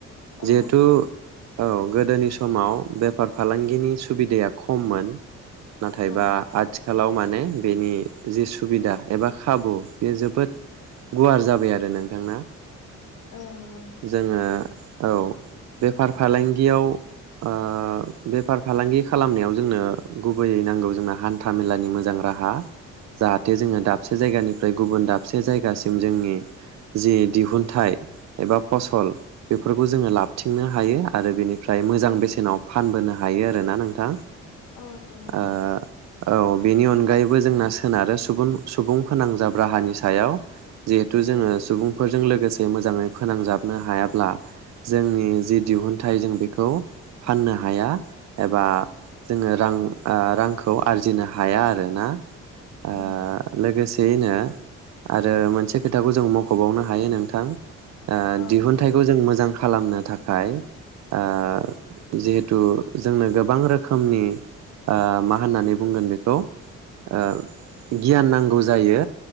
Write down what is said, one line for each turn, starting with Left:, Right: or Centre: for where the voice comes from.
Left: औ
Right: जिहेतु औ गोदोनि समाव बेफार फालांगिनि सुबिदाया खममोन नाथायबा
Left: औ
Right: आथिखालाव माने बेनि जि सु सुबिदा एबा खाबु बेयो जोबोद गुवार जाबाय आरो नोंथांना
Left: औ नंगौ नोंथां
Right: जोङो औ बेफार फालांगियाव ओ बेफार फालांगि खालामनायाव जोंनो गुबैयै नांगौ जोंना हान्था मेलानि मोजां राहा जाहाथ थे जोङो
Left: औ
Right: दाबसे जायगानि फ्राय गुबुन दाबसे जायगासिम जोंनि जि दिहुनथाइ एबा फसल बेफोरखौ जोङो लाबथिंनो हायो आरो बेनिफ्राय मोजां बेसेनाव फानबोनो हायो आरोना नोंथां।
Left: औ नंगौ नोंथां।
Right: ओ औ बेनि अनगायैबो जोंना सोनारो सुबुं सुबुं फोनांजाब राहानि सायाव जिहेतु जोङो
Left: औ
Right: सुबुंफोरजों लोगो से मोजाङै फोनांजाबनो हायाब्ला जोंनि जि दिहुनथाइ जों बेखौ फान्नो हाया एबा जोङो रां ओ रांखौ आरजिनो हाया। आरो ना? ओ
Left: उम
Right: लोगोसे यैनो आरो मोनसे खोथाखौ जों मख'बावनो हायो नोंथां ओ
Left: औ
Right: दिहुनथाइखौ जों मोजां खालामनो थाखाय ओ जिहेथु जोंनो गोबां रोखोमनि ओ मा होन्नानै बुंगोन बेखौ ओ गियान नांगौ जायो।